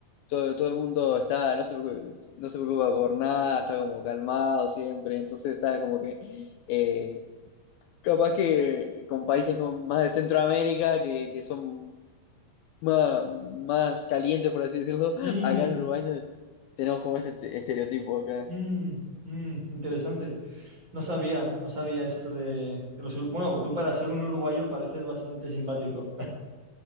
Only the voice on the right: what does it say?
Mm.
Mm, mm, interesante. No sabía, no sabía esto de, de los... ur- Bueno, tú para ser un uruguayo pareces bastante simpático.